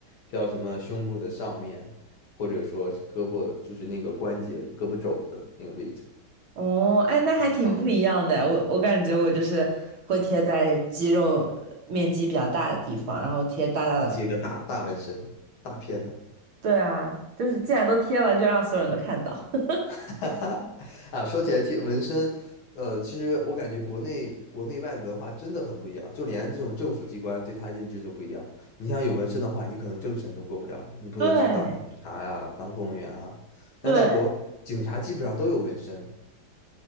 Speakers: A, on the left; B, on the right.
A: 贴到什么胸部的上面，或者说是胳膊，就是那个关节、胳膊肘的那个位置。
B: 哦，哎，那还挺不一样的，
A: 嗯，啊，
B: 我我感觉我就是会贴在肌肉面积比较大的地方，然后贴大大的纹。
A: 然后贴一个大大纹身，大片的。
B: 对啊，就是既然都贴了，就让所有人都看到。<laughs>
A: <laughs> 哈哈啊，说起来贴纹身，呃，其实我感觉国内国内外的文化真的很不一样，就连这种政府机关对他认知都不一样。你像有纹身的话，你可能政审都过不了，你不能去当警察呀、
B: 对
A: 当公务员啊。但在国外，
B: 对，
A: 警察基本上都有纹身。